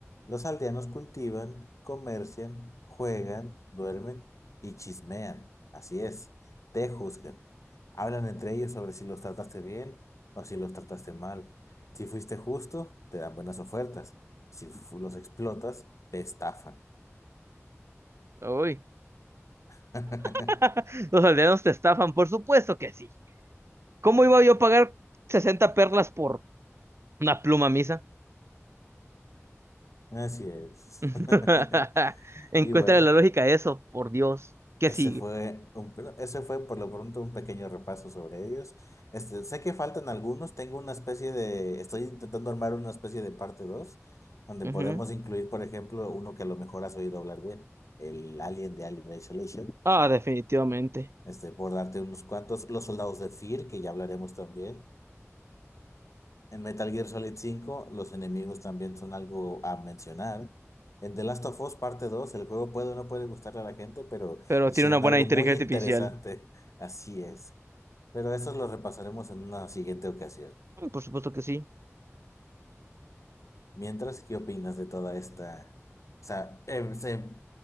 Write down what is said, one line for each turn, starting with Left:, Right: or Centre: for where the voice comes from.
Left: Los aldeanos cultivan, comercian, juegan, duermen y chismean. Así es, te juzgan. Hablan entre ellos sobre si los trataste bien o si los trataste mal. Si fuiste justo, te dan buenas ofertas. Si fu- los explotas, te estafan.
Right: Uy.
Left: <laughs>
Right: <laughs> Los aldeanos te estafan, por supuesto que sí. ¿Cómo iba yo a pagar 60 perlas por una pluma misa?
Left: Así es.
Right: <laughs>
Left: <laughs>
Right: Encuentra
Left: Y bueno,
Right: la lógica de eso, por Dios. ¿Qué
Left: ese
Right: sigue?
Left: fue un, pero ese fue por lo pronto un pequeño repaso sobre ellos. Este, sé que faltan algunos, tengo una especie de, estoy intentando armar una especie de parte 2 donde
Right: Ujú.
Left: podemos incluir, por ejemplo, uno que a lo mejor has oído hablar bien, el Alien de Alien Isolation,
Right: Ah, definitivamente.
Left: este, por darte unos cuantos, los soldados de Fear, que ya hablaremos también, En Metal Gear Solid 5, los enemigos también son algo a mencionar. En The Last of Us Parte 2, el juego puede o no puede gustarle a la gente, pero
Right: Pero
Left: hicieron
Right: tiene una buena
Left: algo
Right: inteligencia
Left: muy interesante.
Right: artificial.
Left: <laughs> Así es. Pero eso lo repasaremos en una siguiente ocasión.
Right: Mm, Por supuesto que sí.
Left: Mientras, ¿qué opinas de toda esta? O sea, em, se-